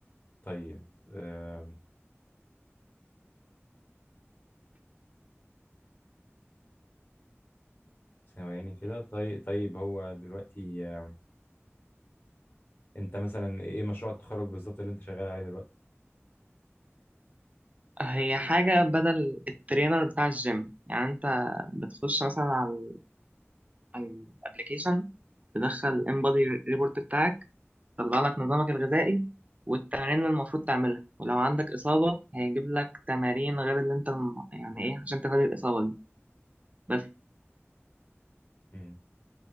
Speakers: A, on the left (about 45°); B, on the right (about 30°).
A: طيب آم، ثواني كده طيب طيب هو دلوقتي آه، انت مثلا ايه مشروع التخرج بالظبط اللي انت شغال عليه دلوقتي
B: هي حاجة بدل الترينر بتاع الجيم يعني انت بتخش مثلا على على الابليكيشن تدخل انبادي ريبورت بتاعك طلع لك نظامك الغذائي والتمارين اللي المفروض تعملها ولو عندك إصابة هيجيب لك تمارين غير اللي أنت الم- يعني إيه عشان تغير الإصابة دي بس
A: مم.